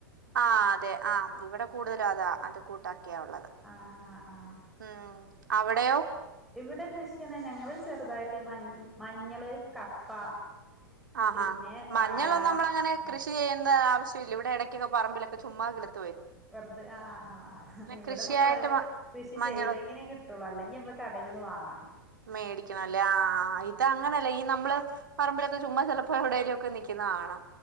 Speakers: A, on the right; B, in the centre.
A: ആ അതെ ആ ഇവിടെ കൂടുതലും അതാ അത് കൂട്ടക്കെയാ ഉള്ളത്
B: ആഹ് ആഹ് ആഹ്
A: ഉം അവിടെയോ
B: ഇവിടെ കൃഷിയണ ഞങ്ങള് ചെറുതായിട്ട് മ മഞ്ഞള് കപ്പ
A: ആഹാ
B: പിന്നെ വാഴ
A: മഞ്ഞളൊ നമ്മള് അങ്ങനെ
B: ആഹ്
A: കൃഷി ചെയ്യേണ്ട ആവശ്യ ഇവിടെക്കൊക്കെ പറമ്പിലൊക്കെ ചുമ്മാ കിളിർക്കും
B: വെറുതെ ആഹാ ഇവിടെ
A: കൃഷിയായിട്ട്
B: മക്കള്
A: മ
B: കൃഷി
A: മഞ്ഞളൊന്നും
B: ചെയ്തെങ്ങനെ കിട്ടുള്ളൂ അല്ലെങ്കിൽ നമ്മള് കടയിൽ നിന്ന് വാങ്ങണം
A: മേടിക്കണംല്ലേ ആഹ് ഇത് അങ്ങനെല്ല ഈ നമ്മള് പറമ്പിലൊക്കെ ചുമ്മാ ചിലപ്പോൾ എവിടേലുംഒക്കെ നിൽക്കുന്ന കാണാം.